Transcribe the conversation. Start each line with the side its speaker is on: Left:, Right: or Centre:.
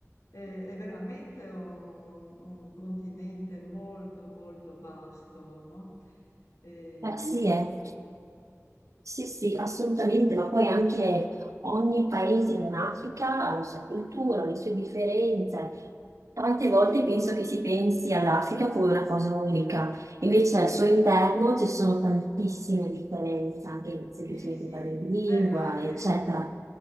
Left: Eh, è veramente un, un continente molto, molto vasto, no? E-
Right: Eh sì, eh. Sì, sì, assolutamente, ma poi anche ogni paese in Africa ha la sua cultura, le sue differenze. Tante
Left: Sì,
Right: volte penso che si pensi all'Africa come una cosa unica, invece
Left: sì,
Right: al suo interno ci sono tantissime differenze, anche semplicemente
Left: sì, sì,
Right: per le lingua,
Left: beh, ma anche,
Right: eccetera.